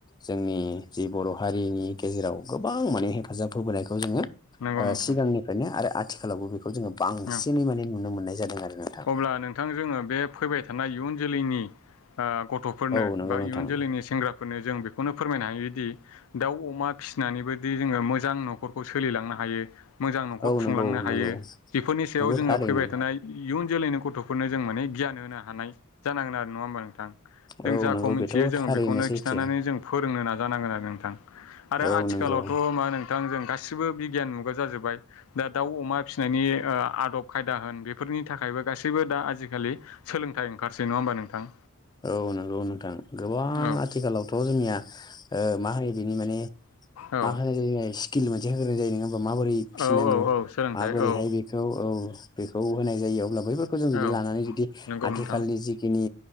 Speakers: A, on the left (about 20°); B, on the left (about 65°).
A: जोंनि जि बर' हारिनि गेजेराव गोबां माने हेफाजाब होबोनायखौ जोङो
B: नंगौ नोंथां
A: सिगांनिफ्रायनो आरो आथिखालावबो बेखौ जोङो बांसिनै
B: औ
A: माने नुनो मोननाय जादों आरो नोंथां
B: अब्ला नोंथां जोङो बे फैबाय थानाय इयुन जोलैनि गथ'फोरनो
A: औ नंगौ
B: बा
A: नोंथां
B: इयुन जोलैनि सेंग्राफोरनो जों बेखौनो फोरमायनो हायोदि दाउ अमा फिसिनानैबोदि जोङो मोजां न'खरखौ सोलिलांनो हायो मोजां न'खर
A: औ
B: खुंलांनो
A: नंगौ
B: हायो
A: नंगौ
B: बेफोरनि सायाव
A: नंगौ
B: जोङो
A: थारैनो
B: फैबाय थानाय जोलैनो गथ'फोरनो जों माने गियान होनो हानाय जानांगोन आरो नङा होमबा नोंथां जों
A: औ
B: जाखौ
A: नंगौ
B: मिथियो
A: बेथ'
B: जोङो
A: थारैनो
B: बेखौनो
A: सैथो
B: खिन्थानानै जों फोरोंनो नाजायो जानांगोन आरो नोंथां आरो
A: औ
B: आथिखालावथ'
A: नंगौ
B: मा नोंथां जों गासिबो बिगियान मुगा जाजोब्बाय दा दाउ अमा फिसिनायनि आदब खायदा होन बे फोरनि थाखायबो गासैबो दा आजिखालि सोलोंथाइ ओंखारसै नङा होमबा नोंथां
A: औ नंगौ नोंथां गोबां
B: औ
A: आथिखालावथ' जोंनिया मा होनो बिनि माने
B: औ
A: मा होनाय जायो स्किल मोनसे होन्राय जायो नङा माबोरै फिसिनांगौ
B: औ औ सोलोंथाइ
A: माबोरैहाय
B: औ
A: बे औ खौ होनाय जायो? बैफोरखौ जों जुदि
B: औ
A: लानानै जुदि
B: नंगौ
A: आथिखालनि
B: नोंथां
A: जिखिनि